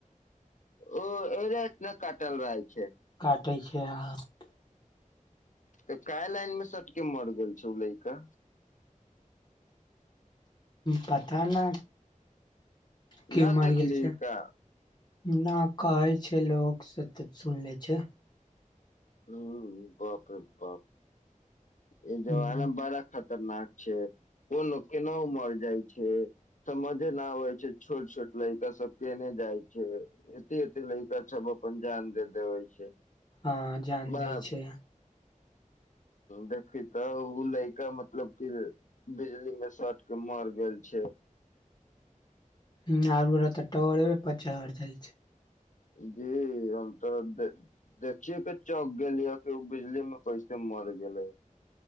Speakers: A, on the left (about 65°); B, on the left (about 30°).
A: ओ ए रत ने कटल रहय छै।
B: कटै छै। <unintelligible>
A: तऽ काय लाइन में सटके मर गेल छै ओ लैऽका।
B: पता न। क्यो
A: नहि
B: मर
A: देखली
B: गेल छै
A: क।
B: न कहै छै लोक से तऽ सुन ले छै।
A: हूं, बाप रे बाप। ए जबना
B: हँ
A: बड़ा ख। <unintelligible> खतरनाक छै कोन केना उमर जाइ छै समझे न आबै छै छोट- छोट लड़िका सब केने जाइ छै एते- एते लड़िका सब अपन जान दे देवे छै।।
B: हँ जान
A: बड़ा
B: दै छै।
A: देखी तऽ ओ लड़का मतलब क बिजली मे सट के मर गेल छै।
B: ह आरू रह तऽ टवरे प चहर जाइ छै।
A: जी हम तऽ देखियए के चौक गेलिय कि ओ बिजली में कैसे मरि गेलै।